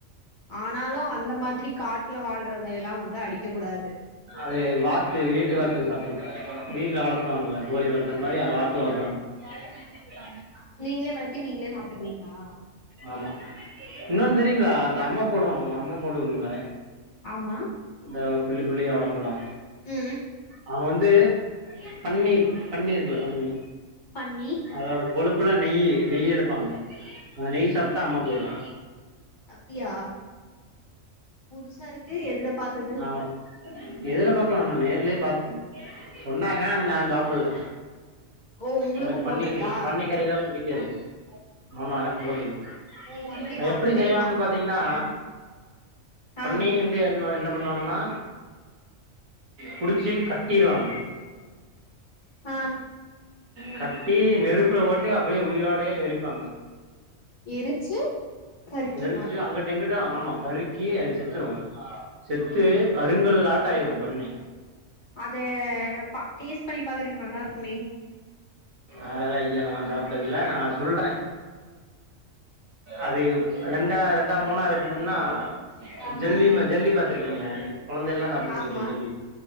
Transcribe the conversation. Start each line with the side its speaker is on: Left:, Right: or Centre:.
Left: ஆனாலும் அந்த மாதிரி காட்டுல வாழ்றதையல்லா வந்து அடிக்க கூடாது
Right: அது வாத்து வீட்டு வாத்து சாப்ட்டு வீட்ல வளத்துவாங்கல்ல கோழி வளத்துற மாரி அ வாத்து வளத்துவாங் <unintelligible>
Left: நீங்களே வளத்து நீங்களே சாப்ட்டுக்குவீங்களா
Right: ஆமா இன்னொன்னு தெரியுங்களா
Left: ஓகே
Right: அந்த அம்ம போடுவாங்க அம்ம போடுவோம்ல
Left: ஆமா
Right: இந்த புள்ளி புள்ளியா ஒடம்புல்லா
Left: ம்
Right: அவன் வந்து பன்னி பன்னி இருக்குல்லா பன்னி
Left: பன்னி
Right: அதோட கொழுப்புல்லா நெய் நெய் எடுப்பாங்க அந்த நெய் சாப்ட்டா அம்ம போய்டும்
Left: அப்டியா புதுசா இருக்கு எதுல பாத்தது
Right: ஆமா எதுல பாக்கலாம் நா நேர்லயே பாத்தே கொன்னாங்க ஆனா நா ஜாப்பல்ல
Left: ஓ உங்களுக்கு
Right: எனக்கு
Left: போட்ருக்கா
Right: பன்னி பன்னிக்கறிலா புடிக்காது ஆமா எனக்கு போட்டுது
Left: ஓ ஒன்லி
Right: அத
Left: வாத்துக்கறி
Right: எப்டி செய்வாங்கன்னு
Left: பாம்பு
Right: பாத்தீங்கன்னா
Left: கறி தானா ஆ
Right: பன்னி <unintelligible> என் என்ன பண்ணுவாங்கன்னா புடிச்சி கட் டிறுவாங்க
Left: ஆ
Right: கட்டி நெருப்புல போட்டு அப்டியே உயிரோடையே எரிப்பாங்க
Left: எரிச்சு கருக்கிருவாங்களா
Right: எரிச்சு அங்குட்டு இங்குட்டு ஆமா கறிக் கி அது செத்துரும் செத்து கருங்கல் ஆட்டம் ஆயிரும் பன்னி
Left: அத பா டேஸ்ட் பண்ணி பாக்கறதுக்கு நல்லா இருக்குமே
Right: அதெல்லா ஐய்ய நா சாப்ட்டது இல்ல நா சொல்றே அது ரெண்டா ரெண்டா மூணா வெட்னும்னா ஜெல்லி
Left: ம்
Right: ம ஜெல்லி பாத்துருக்கீங்களா கொழந்தை எல்லா சாப்ட்ருபீங்ள
Left: ஆமா
Right: ஜெல்லி